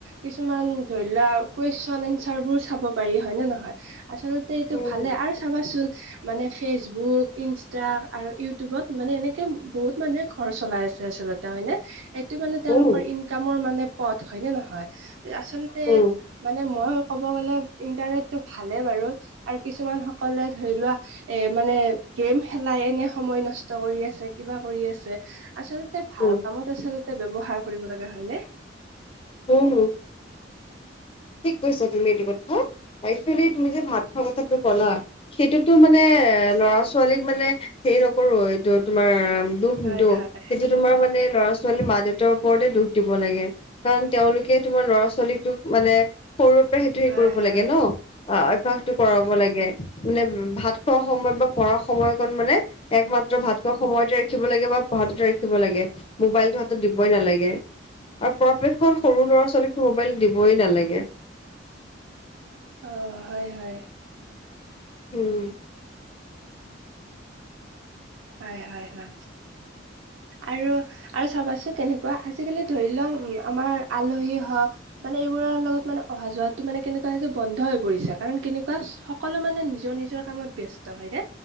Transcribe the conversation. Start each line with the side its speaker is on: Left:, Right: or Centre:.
Right: কিছুমান ধৰিলোৱা কুৱেশ্যন এনচাৰবোৰ চাব পাৰি হয়নে নহয়। আচলতে তে এইটো
Left: উম,
Right: ভালে আৰু চাবাচোন মানে ফেচবুক, ইনষ্টা আৰু ইউটিউবত মানে এনেকে বহুত মানুহে ঘৰ চলাই আছে আচলতে। হয়নে, এইটো মানে তেওঁলোকৰ
Left: উম,
Right: ইনকামৰ মানে পথ হয়নে নহয়? আচলতে
Left: উম,
Right: মানে মই ক'ব গ'লে ইণ্টাৰনেটটো ভালে বাৰু আৰু কিছুমান সকলে ধৰিলোৱা এ মানে গেম খেলা এনেই সময় নষ্ট কৰি আছে, কিবা কৰি আছে আচলতে
Left: উম,
Right: ভাল কামত আচলতে ব্যৱহাৰ কৰিব লাগে হয়নে?
Left: উম', হম'। ঠিক কৈছা তুমি এইটো কথা। একচুৱেলি তুমি যে ভাত সঁচা কথা কথাটো ক'লা, সেইটোতো মানে ল'ৰা-ছো ছোৱালীক মানে হেৰি নকৰোঁ, এইটো তোমাৰ দুখ
Right: হয়
Left: নিদিওঁ
Right: হয়
Left: সেইটো তোমাৰ মানে ল'ৰা-ছোৱালী মা-দেউতাৰ ওপৰতে দুখ দিব লাগে। কাৰণ তেওঁলোকে তোমাৰ ল'ৰা-ছোৱালীটোক মানে সৰুৰে পৰা সেইটো হেৰি
Right: হয়
Left: কৰিব
Right: হয়
Left: লাগে ন'। অহ, অভ্যাসটো কৰাব লাগে মানে ভাত খোৱাৰ সময়ত বা পঢ়াৰৰ সময়কণ মানে একমাত্ৰ ভাত ভাত খোৱা সময়তে ৰাখিব লাগে বা পঢ়াটোতে ৰাখিব লাগে, মোবাইলটো হাতত দিবই নালাগে। আৰু পৰাপক্ষত সৰু ল'ৰা-ছোৱালীকটো মোবাইল দিবই নালাগে।
Right: অহ', হয়, হয়।
Left: উম
Right: হয় হয় হয় আৰু আৰু চাবাচোন কেনেকুৱা আজিকালি ধৰি লওক উম আমাৰ আলহী হওক মানে এইবোৰৰ লগত মানে অহা যোৱা মানে কেনেকুৱা হৈছে বন্ধ হৈ পৰিছে কাৰণ কেনেকুৱা সকলো মানে নিজৰ নিজৰ কামত ব্যস্ত হয় ন